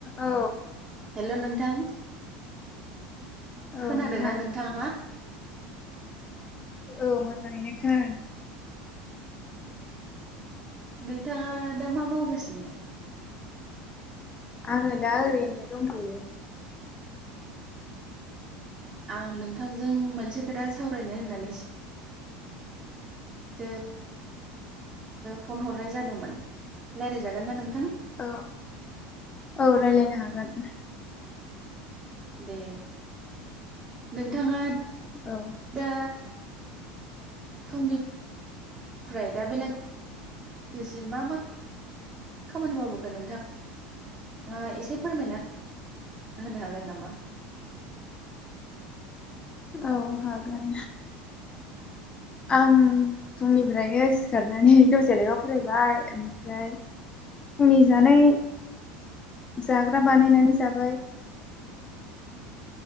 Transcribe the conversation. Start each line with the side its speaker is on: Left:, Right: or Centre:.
Left: औ
Right: हेलौ नोंथां
Left: औ
Right: खोनादोंना
Left: नोंथां
Right: नोंथाङा
Left: औ मोजाङैनो उम
Right: नोंथाङा दा मा मावगासिनो?
Left: आङो दा ओरैनो दंथ'यो।
Right: आं नोंथांजों मोनसे खोथा सावरायनो होननानै सो फन हरनाय जादोंमोन रायज्लायजागोन ना नों
Left: औ औ रायलायनो हागोन
Right: दे नोंथाङा।
Left: औ
Right: दा फुंनिफ्राय दा बेलासिम मा मा खामानि मावबोगोन नोंथाङा एसे फोरमायना होनो हागोन नामा?
Left: औ हागोन? आं फुंनिफ्रायनो जि सिखारनानै दसे लेखा फरायबाय ओमफ्राय फुंनि जानाय जाग्रा बानायनानै जाबाय।